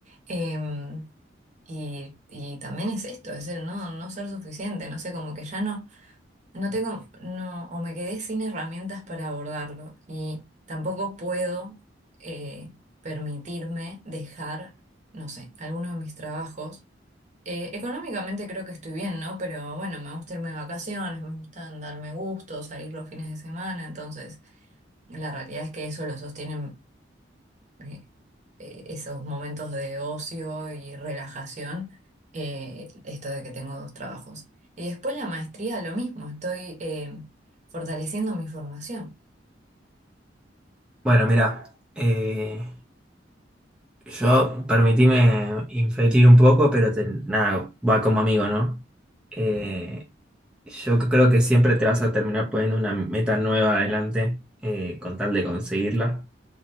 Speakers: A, on the right; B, in the centre.
A: em, y, y también es esto, es el no, no ser suficiente, no sé, como que ya no. No tengo, no, o me quedé sin herramientas para abordarlo y tampoco puedo eh, permitirme dejar, no sé, alguno de mis trabajos. Eh, económicamente creo que estoy bien, ¿no? Pero bueno, me gusta irme de vacaciones, me gusta darme gusto, salir los fines de semana, entonces la realidad es que eso lo sostiene eh, eh, esos momentos de ocio y relajación, eh, esto de que tengo dos trabajos. Y después la maestría, lo mismo, estoy eh, fortaleciendo mi formación.
B: Bueno, mira, eh, yo permitíme inferir un poco, pero te- nada, va como amigo, ¿no? Eh, Yo creo que siempre te vas a terminar poniendo una meta nueva adelante eh, con tal de conseguirla.